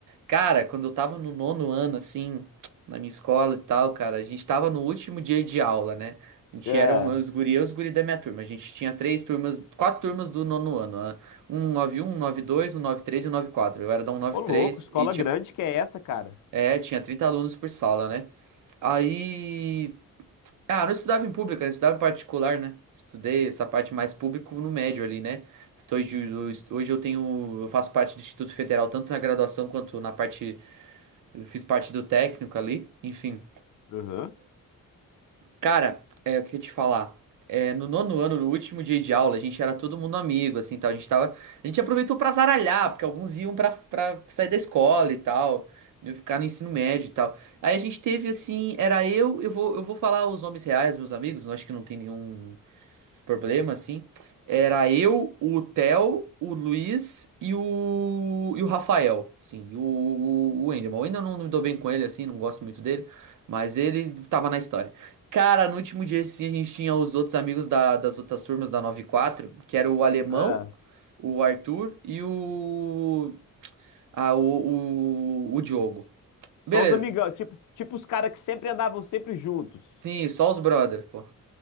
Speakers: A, on the right; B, on the left.
A: Cara, quando eu tava no nono ano, assim, na minha escola e tal, cara, a gente tava no último dia de aula, né? A gente
B: É.
A: era um- os guri, eu e os guri da minha turma. A gente tinha três turmas, quatro turmas do nono ano, né? 191, nove um, um nove dois, um nove três e 194. Eu era da um nove
B: Ô, louco,
A: três
B: escola
A: e tinha.
B: grande que é essa, cara?
A: É, tinha 30 alunos por sala, né? Aí. Ah, eu não estudava em pública, eu estudava em particular, né? Estudei essa parte mais público no médio ali, né? Hoje eu, hoje eu tenho, eu faço parte do Instituto Federal, tanto na graduação quanto na parte, eu fiz parte do técnico ali, enfim.
B: Aham.
A: Cara, é, o que eu ia te falar? É, no nono ano, no último dia de aula, a gente era todo mundo amigo, assim, tal. A gente tava, a gente aproveitou pra zaralhar, porque alguns iam pra, pra sair da escola e tal, iam ficar no ensino médio e tal. Aí a gente teve, assim, era eu, eu vou, eu vou falar os nomes reais, meus amigos, eu acho que não tem nenhum, problema, assim, era eu, o Theo, o Luiz e o, e o Rafael, sim, e o, o, o Wendel. Mas O Wendel não me dou bem com ele, assim, não gosto muito dele, mas ele tava na história. Cara, no último dia, assim, a gente tinha os outros amigos da- das outras turmas da nove quatro que era o Alemão,
B: É.
A: o Arthur e o, ah, o, o, o Diogo. Beleza.
B: Só os amigão, tipo, tipo os caras que sempre andavam sempre juntos.
A: Sim, só os brothers, pô.